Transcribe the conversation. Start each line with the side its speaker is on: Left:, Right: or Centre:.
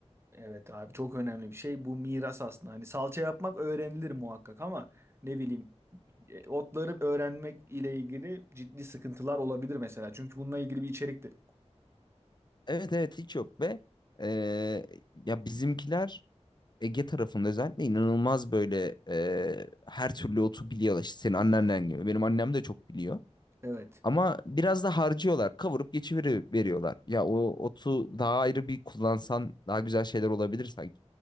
Right: Evet abi çok önemli bir şey. Bu miras aslında. Hani salça yapmak öğrenilir muhakkak ama ne bileyim e, otları öğrenmek ile ilgili ciddi sıkıntılar olabilir mesela. Çünkü bununla ilgili bir içerik de
Left: Evet evet hiç yok ve e, ya bizimkiler Ege tarafında özellikle inanılmaz böyle e, her türlü otu biliyorlar. İşte senin annenden gibi. Benim annem de çok biliyor.
Right: Evet.
Left: Ama biraz da harcıyorlar. Kavurup geçiveri veriyorlar. Ya o otu daha ayrı bir kullansan daha güzel şeyler olabilir sanki.